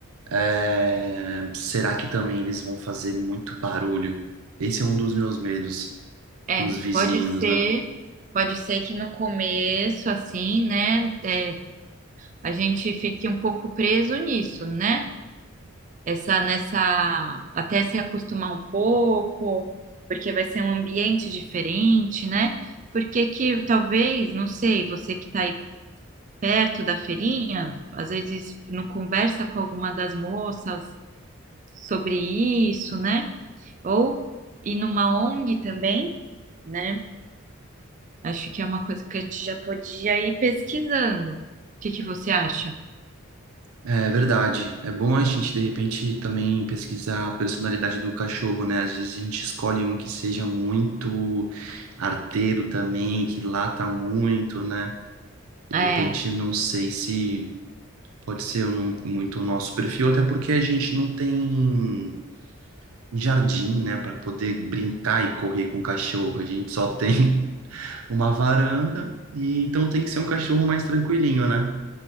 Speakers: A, on the right; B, on the right.
A: É, será que também eles vão fazer muito barulho? Esse é um dos meus medos
B: É,
A: com os vizinhos,
B: pode ser,
A: né?
B: pode ser que no começo, assim, né, é, a gente fique um pouco preso nisso, né? essa nessa até se acostumar um pouco, porque vai ser um ambiente diferente, né? Porque que talvez, não sei, você que está aí perto da feirinha, às vezes não conversa com alguma das moças sobre isso, né? Ou ir numa ONG também, né? Acho que é uma coisa que a gente já podia ir pesquisando. O que que você acha?
A: É verdade. É bom a gente, de repente, também pesquisar a personalidade do cachorro, né? Às vezes a gente escolhe um que seja muito arteiro também, que lata muito, né? De
B: É.
A: repente, não sei se pode ser um- muito o nosso perfil, até porque a gente não tem. em jardim, né, para poder brincar e correr com o cachorro. A gente só tem <laughs> uma varanda e então tem que ser um cachorro mais tranquilinho, né?